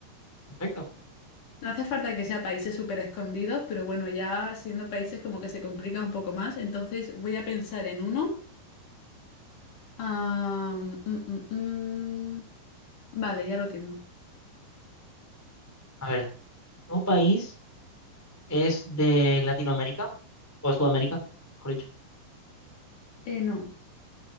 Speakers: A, in the centre; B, on the left.
A: Perfecto.
B: No hace falta que sea países súper escondidos, pero bueno, ya siendo países como que se complica un poco más. Entonces voy a pensar en uno. Ah, mm, mm, mm. Vale, ya lo tengo.
A: A ver, ¿tu país es de Latinoamérica o de Sudamérica? Mejor dicho,
B: Eh, no,